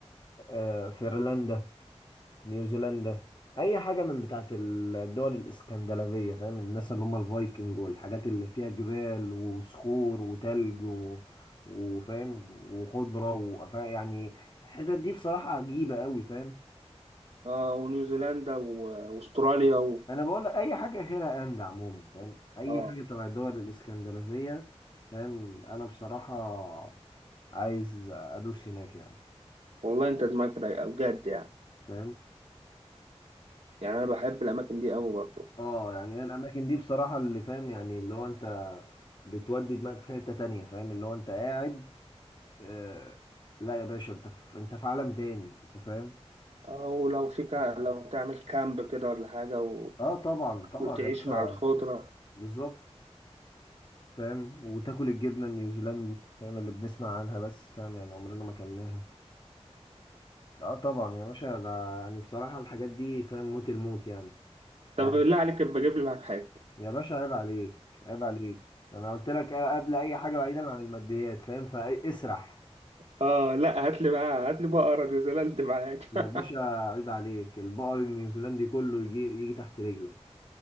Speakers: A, on the left (about 45°); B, on the right (about 65°).
A: آه، فنلندا نيوزيلندا اي حاجه من بتاعه الدول الاسكندنافيه فاهم الناس اللي هم الفايكنج والحاجات اللي فيها جبال وصخور وتلج و... وفاهم وخضره وفا يعني الحتت دي بصراحه عجيبه قوي فاهم
B: اه ونيوزيلندا و- واستراليا و...
A: انا بقول لك اي حاجه غيرها اند عموما فاهم اي
B: اه
A: حاجه تبع الدول الاسكندنافيه فاهم انا بصراحه عايز ادوس هناك يعني
B: والله انت دماغك رايقة بجد يعني
A: فاهم
B: يعني انا بحب الاماكن دي قوي برضو
A: اه يعني هي الاماكن دي بصراحه اللي فاهم يعني اللي هو انت بتودي دماغك في حته تانية فاهم اللي هو انت قاعد آه لا يا باشا انت في انت في عالم تاني انت فاهم
B: او لو في كا... لو تعمل كامب كده ولا حاجة و...
A: اه طبعا طبعا
B: وتعيش
A: يا باشا
B: مع الخضرة
A: بالظبط فاهم وتاكل الجبنه النيوزيلندي فاهم اللي بنسمع عنها بس فاهم يعني عمرنا ما اكلناها اه طبعا يا باشا ده يعني بصراحه الحاجات دي فاهم موت الموت يعني فاهم
B: طب بالله عليك ابقى جيب لي معاك حاجة
A: يا باشا عيب عليك عيب عليك انا قلت لك قبل اي حاجه بعيدا عن الماديات فاهم فاسرح
B: اه لا هات لي بقى هات لي بقرة نيوزيلندا معاك
A: يا
B: <laughs>
A: باشا عيب عليك البقر النيوزيلندي كله يجي يجي تحت رجلك